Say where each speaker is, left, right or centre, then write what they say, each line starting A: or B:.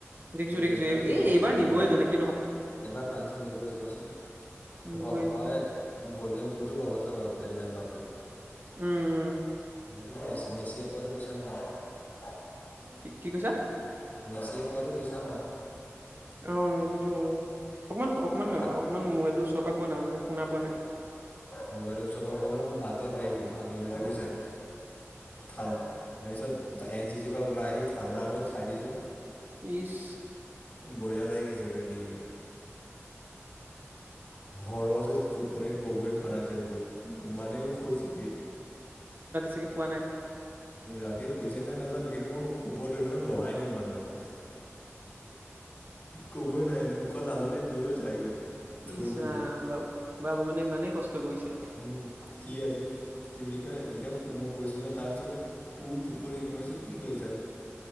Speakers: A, on the right; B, on the left.
A: দেখিছো দেখিছো
B: ডেঞ্জাৰ টিম
A: এই
B: বনাইছে
A: এইবাৰ নিবই
B: বাৰ
A: যেনেকে নহওক
B: এবাৰ ফ্ৰান্সে নিবই চাবাচোন।
A: নিবই।
B: হয় হয় গ'ল্ডেন বুটটো পাব চাবা সেইটো বাপেত
A: উম, উম।
B: মই কিন্তু মে মেছিয়ে পোৱাটো বিচাৰোঁ আৰু।
A: কি কি কৈছা?
B: মেছিয়ে পোৱাটো বিচাৰোঁ
A: অঁ। যিটো হয় অকনমান অকনমান
B: আৰু
A: অকনমান মোবাইল টো ওচৰৰ পৰা কোৱা না মানে শুনা পোৱা নাই।
B: মোবাইলৰ ওচৰ পৰা ক'লে মোৰ মাতে পাই ভাঙি গৈছে বুজিছা। তাৰপিছত এন চি জিৰ পৰা ওলাই আহি ঠাণ্ডাডাল খাই দিলো।
A: ইচ।
B: বঢ়িয়া লাগি গৈছে ডিঙিটো। সৰজে টোপনিত ক'বই পৰা নাই টেম্পুত ইমানেই শুইছে সি।
A: সি শুৱা নাই।
B: ৰাতি শুই হৈছে নাই নাজানো। কিন্তু মই শুব ধৰিলে লৰাই দিও মানুহজনক। ক'বই নোৱাৰে মুখৰ লালতি বৈ যায়গৈ। ধুই
A: ইছৰাম
B: সোপা
A: বাবু মানে ইমানেই কষ্ট কৰিছে।
B: উম সি আজি কি বুলি কয় এতিয়া মই গৈছিলোঁ নহয় তাৰ ওচৰলৈ। শুই টোপনি মই কইছো কি কৰিছা